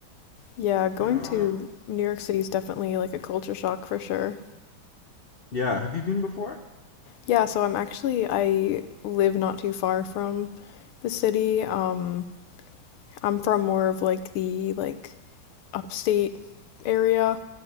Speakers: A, on the left (about 80°); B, on the left (about 55°).
A: yeah, going
B: yeah,
A: to
B: that,
A: New York City is definitely like a culture shock for sure.
B: yeah. Have you been before?
A: Yeah, so I'm actually, I live not too far from the city. Um, I'm from more of like the like upstate area.